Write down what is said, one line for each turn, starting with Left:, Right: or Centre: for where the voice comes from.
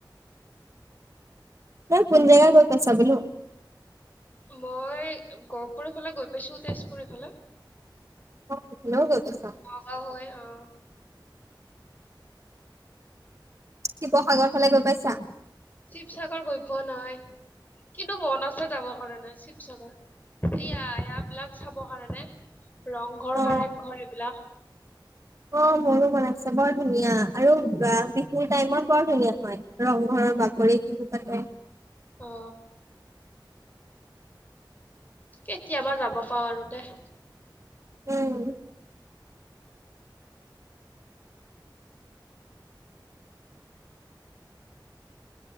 Right: এই কোন জেগা গৈ পাইছা বোলো
Left: মই গহপুৰৰ ফালে গৈ পাইছো তেচপুৰ ইফালে
Right: অ সেইফালেও গৈ পাইছা
Left: নগাও হৈ অহ
Right: শিৱসাগৰ ফালে গৈ পাইছা
Left: চিৱচাগৰ গৈ পোৱা নাই কিন্তু মন আছে যাব কাৰণে চিৱচাগৰ এইয়া এয়া বিলাক চাবৰ কাৰণে ৰংঘৰ
Right: অ
Left: কাৰেংঘৰ এইবিলাক
Right: অহ মোৰো মন আছে বৰ ধুনীয়া আৰু বা বিহুৰ টাইমত বৰ ধুনীয়া হয় ৰংঘৰৰ বাকৰিত বিহু পাতে
Left: অ কেতিয়াবা যাব পাওঁ আৰু দেহ
Right: উম